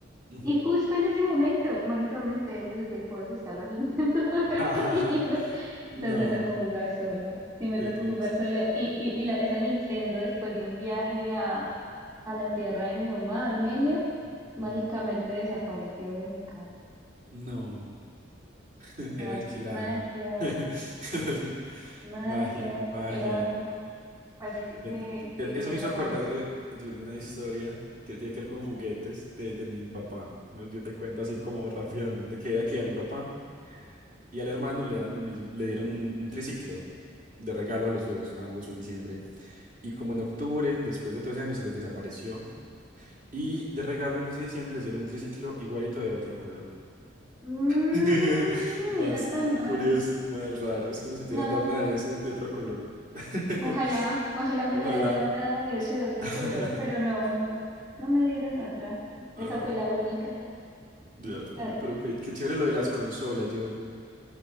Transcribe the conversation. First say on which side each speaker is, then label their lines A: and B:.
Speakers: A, on the right (about 50°); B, on the right (about 20°).
A: Ujú.
B: Y justo en ese momento, mágicamente, a ellos les dejó de gustar la Nintendo <laughs>
A: <laughs>
B: de Sabrina.
A: No.
B: Entonces me tocó jugar sola. Sí, me
A: Qué
B: tocó
A: triste.
B: jugar sola. Y, y, y la- esa Nintendo, después de un viaje a, a la tierra de mi mamá, Armenia, mágicamente
A: Ujú.
B: desapareció de mi casa.
A: No, <laughs>
B: Magia,
A: era alquilada.
B: magia,
A: <laughs> Era li-
B: magia.
A: magia, magia,
B: Era,
A: no.
B: parece
A: Que
B: que,
A: te- que
B: que,
A: Eso
B: que desapareció.
A: me hizo acordar de, de una historia que tiene que ver con juguetes de, de mi papá. Yo, yo te cuento así como rápidamente, que era que a mi papá y al hermano le dan un mismo, le dieron un, un triciclo de regalo a los dos, ambos un diciembre. Y como en octubre, después de 12 años, se les desapareció. Y de regalo en ese diciembre les dieron un triciclo igualito de otro color.
B: Mm,
A: <laughs> Más
B: mira tan raro.
A: curioso, más raro. Es como si te
B: No.
A: hubieran dado una de ese de otro color. <laughs>
B: Ojalá, ojalá me
A: Ojalá.
B: hubieran dado una de ese otro
A: <laughs>
B: color, pero no, no, no me dieron otra. Esa
A: Ajá,
B: fue la única.
A: ya,
B: No,
A: y- pero qué, qué chévere lo de las consolas. Yo,